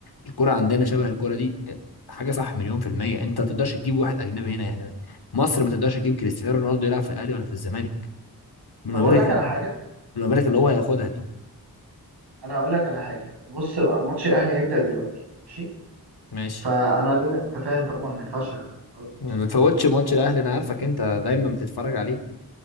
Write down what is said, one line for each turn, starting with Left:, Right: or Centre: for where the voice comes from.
Left: الكره عندنا شبه الكره دي آه، حاجه صح مليون في الميه انت ما تقدرش تجيب واحد اجنبي هنا يعني مصر ما تقدرش تجيب كريستيانو رونالدو يلعب في الاهلي ولا في الزمالك بالمبالغ
Right: طب اقول لك على حاجه
Left: ما بالك اللي هو هياخدها دي
Right: انا هقول لك على حاجه بص بقى، ماتش الاهلي هيبدا دلوقتي ماشي
Left: ماشي
Right: فانا لازم انت فاهم طبعا ما ينفعش افوت ماتش
Left: ما
Right: الاهلي
Left: بتفوتش ماتش الاهلي انا عارفك انت دايما بتتفرج عليه